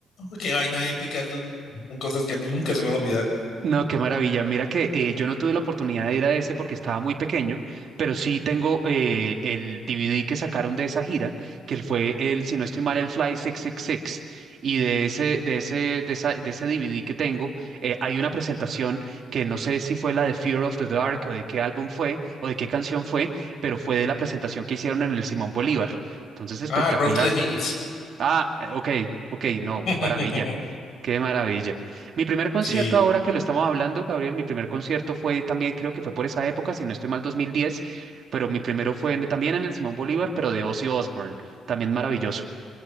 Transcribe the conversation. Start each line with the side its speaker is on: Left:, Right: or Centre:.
Left: Qué vaina épica, son, son cosas que a mí nunca se me van a olvidar.
Right: No, qué maravilla. Mira que eh, yo no tuve la oportunidad de ir a ese porque estaba muy pequeño, pero sí tengo eh, el DVD que sacaron de esa gira, que fue el, si no estoy mal, el Fly 666. Y seis. Y de ese, de ese, de esa- de ese DVD que tengo, eh, hay una presentación que no sé si fue la de Fear of the Dark o de qué álbum fue o de qué canción fue, pero fue de la presentación que hicieron en el Simón Bolívar. Entonces, espectacular.
Left: Ah, Run to the Hills.
Right: Ah, eh, ok, ok, no,
Left: <laughs>
Right: qué maravilla, qué maravilla. Mi primer concierto,
Left: Sí.
Right: ahora que lo estamos hablando, Gabriel, mi primer concierto fue también, creo que fue por esa época, si no estoy mal, 2010, pero mi primero fue en- también en el Simón Bolívar, pero de Ozzy Osbourne, también maravilloso.